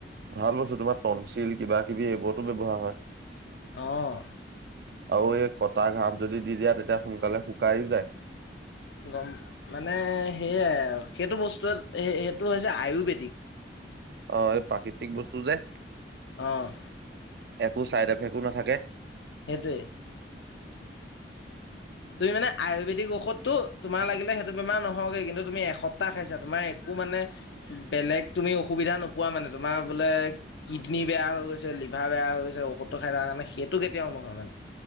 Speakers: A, on the right; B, on the left.
A: ভাল পাইছো তোমাৰ তনঞ্চিল কিবা কিবি এইবোৰত ব্যবহাৰ হয়
B: অ'
A: আৰু এই কটা ঘাত যদি দি দিয়া তেতিয়া সোনকালে শুকাইও যায়
B: গম মানে সেয়াই সেইটো বস্তুৱ সেইটো হৈছে আয়ুৰ্বেদিক
A: অ এই প্ৰাকৃতিক বস্তু যে
B: অ'
A: একো চাইড এফেক একো নাথাকে
B: সেইটোৱে তুমি মানে আয়ুৰ্বেদিক ঔষধতো তোমাৰ লাগিলে সেইটো বেম নহওঁগে কিন্তু তুমি এসপ্তাহ খাইছা তোমাৰো একো তোমাৰ মানে বেলেগ অসুবিধা নোপোৱা মানে কিডনী বেয়া হৈ গৈছে লিভাৰ কা বেয়া হৈ গৈছে ঔষধটো খাই তাৰ কাৰণে সেইটো কেতিয়াও নহয় মানে